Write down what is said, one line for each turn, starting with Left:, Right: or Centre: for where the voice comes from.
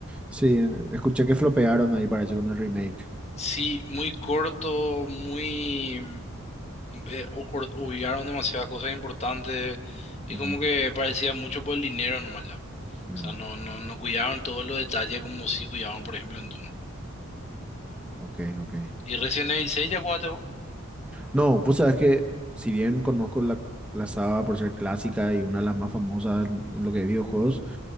Centre: Sí, escuché que flopearon ahí, parece, con el remake.
Left: Sí, muy corto, muy... eh, ocor- obviaron demasiadas cosas importantes y
Centre: Ujú,
Left: como que parecía mucho por el dinero nomás ya.
Centre: mm,
Left: O sea, no, no, no cuidaron todos los detalles como sí cuidaban, por ejemplo, en Doom.
Centre: ok, ok.
Left: Y Resident Evil 6 ya jugaste vos.
Centre: No, vos sabés que si bien conozco la, la saga por ser clásica y una de las más famosas en lo que es videojuegos,